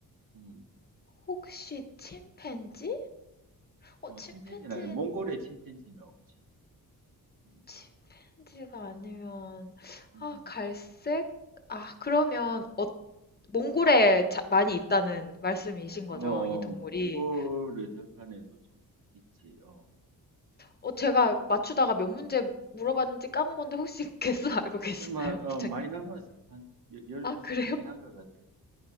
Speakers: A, on the right; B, on the left.
A: 음.
B: 혹시 침팬지? 어,
A: 어,
B: 침팬지,
A: 침팬지는 아니, 몽골의 침팬지는 없지. 음,
B: 침팬지가 아니면,
A: 음,
B: 아, 갈색? 아, 그러면, 어, 몽골에
A: 음.
B: 자- 많이 있다는 말씀이신
A: 어,
B: 거죠,
A: 어,
B: 이 동물이.
A: 몽골의 들판에도 좀 있지. 어.
B: 어, 제가 맞추다가 몇 문제 물어봤는지 까먹었는데 혹시 <laughs> 개수 알고 계시나요,
A: 이 마, 어,
B: 부장님?
A: 많이 남았어. 한 여- 열두
B: 아,
A: 스무
B: 그래요?
A: 개 한 것 같아.